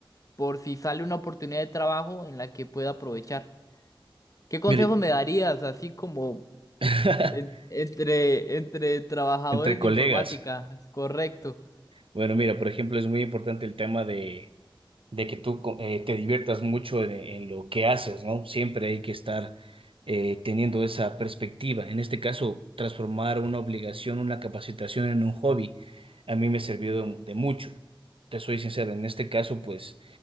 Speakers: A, on the left; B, on the right.
A: por si sale una oportunidad de trabajo en la que pueda aprovechar. ¿Qué consejos
B: mire,
A: me darías, así como
B: <laughs>
A: en- entre, entre trabajadores
B: entre colegas.
A: de informática? Correcto,
B: Bueno, mira, por ejemplo, es muy importante el tema de de que tú co- eh, te diviertas mucho en, en lo que haces, ¿no? Siempre hay que estar eh, teniendo esa perspectiva. En este caso, transformar una obligación, una capacitación en un hobby, a mí me sirvió de, de mucho. Te soy sincero, en este caso, pues,